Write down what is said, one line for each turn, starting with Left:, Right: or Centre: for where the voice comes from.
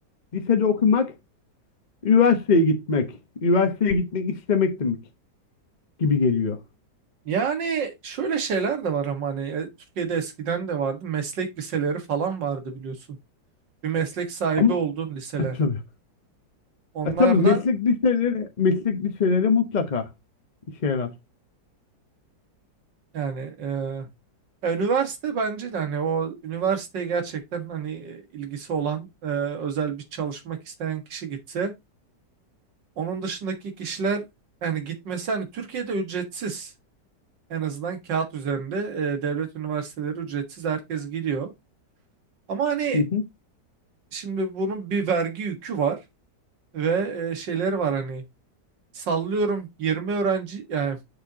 Left: Lisede okumak, üniversiteye gitmek, üniversiteye gitmek istemek demek gibi geliyor.
Right: Yani şöyle şeyler de var ama hani e, Türkiye'de eskiden de vardı. Meslek liseleri falan vardı biliyorsun. Bir meslek sahibi
Left: Ama
Right: olduğun liseler.
Left: e, tabii.
Right: Onlar
Left: E, tabii meslek
Right: da
Left: liseleri, meslek liseleri mutlaka işe yarar.
Right: yani e, Ya, üniversite bence de hani o üniversiteye gerçekten hani e, ilgisi olan e, özel bir çalışmak isteyen kişi gitse onun dışındaki kişiler yani gitmesi hani Türkiye'de ücretsiz en azından kağıt üzerinde e, devlet üniversiteleri ücretsiz herkes gidiyor. Ama hani
Left: Hı hı.
Right: şimdi bunun bir vergi yükü var ve e, şeyleri var hani sallıyorum 20 öğrenci yani